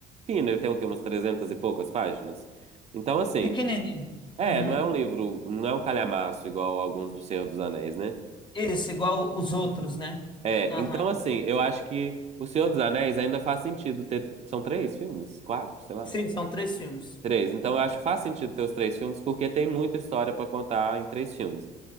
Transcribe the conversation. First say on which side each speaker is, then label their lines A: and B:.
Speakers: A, on the right; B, on the left.
A: fino. Ele tem o quê? Umas 300 e poucas páginas. Então, assim,
B: pequenininho.
A: é,
B: Uhum.
A: não é um livro, não é um calhamaço igual alguns do Senhor dos Anéis, né?
B: Esse, igual os outros, né?
A: É,
B: Aham.
A: então, assim, eu acho que o Senhor dos Anéis ainda faz sentido ter... São três filmes? Quatro? Sei lá.
B: Sim, são três filmes.
A: Três. Então eu acho que faz sentido ter os três filmes, porque tem muita história pra contar em três filmes.